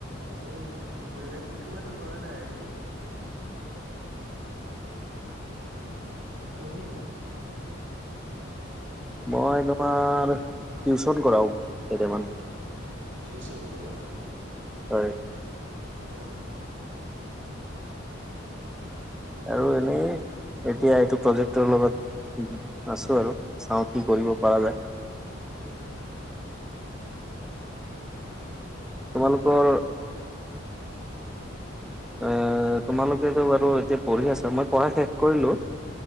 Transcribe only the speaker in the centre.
মই তোমাৰ টিউচন কৰাও। কেইটামান
হয়।
আৰু এনেই, এতিয়া এইটো প্ৰজেক্টৰ লগত আছো আৰু। চাওঁ কি কৰিব
পৰা যায়।
তোমালোকৰ এ, তোমালোকেতো বাৰু এতিয়া পঢ়ি আছা মই পঢ়া শেষ কৰিলো।